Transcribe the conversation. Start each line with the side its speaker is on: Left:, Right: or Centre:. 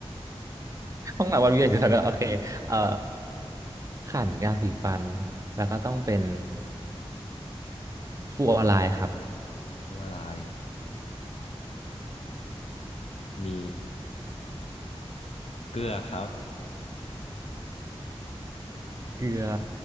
Right: ห้องน้ำวันวิทยาศาสตร์โอเคเอ่อขันยาสีฟันแล้วก็ต้องเป็นฟูออไลน์ครับ
Left: ฟลูออไรด์มีเกลือครับ
Right: เกลือ